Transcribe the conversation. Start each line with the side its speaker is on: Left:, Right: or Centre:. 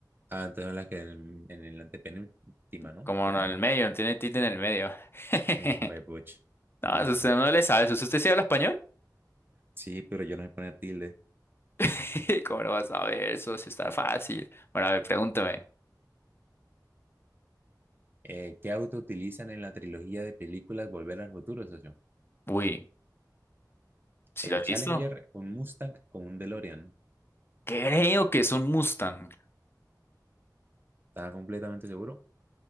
Right: Ah, entonces las que en, en el antepenúltima, ¿no?
Left: Como
Right: Creo-
Left: no, en el medio, no tiene tilde en el medio. <laughs>
Right: Sí, oye, puch.
Left: No,
Right: No.
Left: eso usted no le sabe, socio. ¿Usted sí habla español?
Right: Sí, pero yo no sé poner tilde.
Left: <laughs> ¿Cómo lo vas a ver, socio? Está fácil. Bueno, a ver, pregúntame.
Right: Eh, ¿qué auto utilizan en la trilogía de películas Volver al Futuro, socio?
Left: Uy, ¿sí
Right: ¿El
Left: lo he
Right: Challenger,
Left: visto?
Right: un Mustang o un DeLorean?
Left: Creo que es un Mustang.
Right: ¿Estaba completamente seguro?